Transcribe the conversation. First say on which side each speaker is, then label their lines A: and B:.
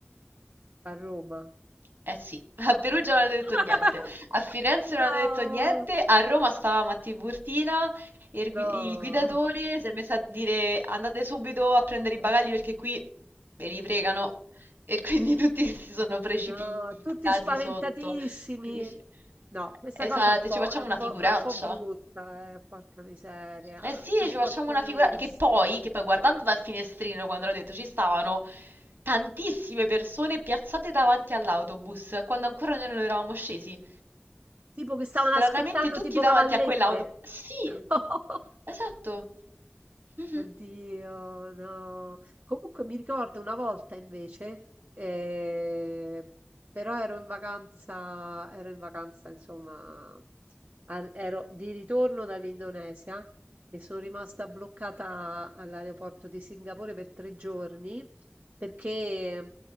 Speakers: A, on the right; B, on the right.
A: a Roma.
B: Eh sì, <laughs> a Perugia non hanno
A: <laughs>
B: detto niente, a Firenze
A: No,
B: non hanno detto niente, a Roma stavamo a Tiburtina e il, gui-
A: no.
B: il guidatore si è messo a dire andate subito a prendere i bagagli perché qui ve li fregano e quindi <laughs> tutti si sono precipitati
A: No, tutti spaventatissimi.
B: sotto. Quindi dici,
A: No, questa
B: esatto,
A: cosa è un po',
B: ci facciamo
A: è un
B: una
A: po',
B: figuraccia.
A: è un po' brutta, eh, porca miseria.
B: Eh sì,
A: È un
B: ci facciamo
A: po' triste.
B: una figura che poi, che poi guardando dal finestrino quando l'ho detto ci stavano tantissime persone piazzate davanti all'autobus quando ancora noi non eravamo scesi.
A: Tipo che stavano
B: Stranamente
A: aspettando
B: tutti
A: tipo
B: davanti
A: cavallette.
B: a quell'autobus. Sì,
A: <laughs>
B: esatto. Mhm,
A: Oddio, no. Comunque mi ricordo una volta invece, eh, però ero in vacanza, ero in vacanza, insomma, a- ero di ritorno dall'Indonesia e sono rimasta bloccata all'aeroporto di Singapore per tre giorni perché